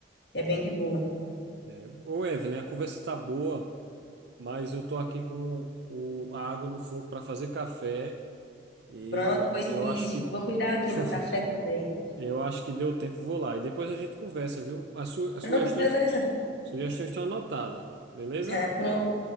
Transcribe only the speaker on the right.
É. Ô, Evelyn, a conversa tá boa, mas eu tô aqui com o, a água no fogo para fazer café e
eu
acho que
<laughs>
eu acho que deu tempo, vou lá. E depois a gente conversa, viu? As, su- as
sugestões,
sugestões estão anotadas, beleza?